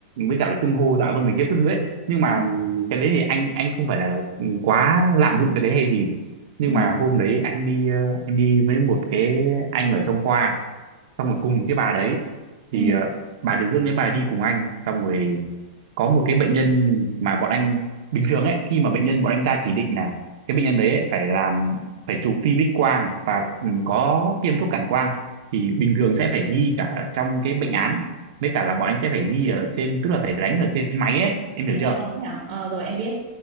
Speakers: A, on the right; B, on the right.
A: với cả là xưng hô dạ vâng này kia các thứ ấy nhưng mà
B: ừ,
A: ừ, cái đấy thì anh anh không phải là quá lạm dụng cái đấy hay gì nhưng
B: ừ,
A: mà hôm đấy anh đi ờ, anh đi với một cái anh ở trong khoa xong rồi cùng một cái bà đấy
B: ừ.
A: thì ờ, bà điều dưỡng đấy bà đi cùng anh xong rồi có một cái bệnh nhân mà bọn anh bình thường ấy khi mà bệnh nhân bọn anh ra chỉ định là cái bệnh nhân đấy ấy, phải làm phải chụp phim X quang và ừ, có tiêm thuốc cản quang thì bình thường sẽ phải ghi cả trong cái bệnh án với cả là bọn anh sẽ phải ghi ở trên tức là phải đánh ở trên máy ấy em
B: Chứ
A: hiểu chưa
B: lại xong thế nào? Ờ, rồi em biết.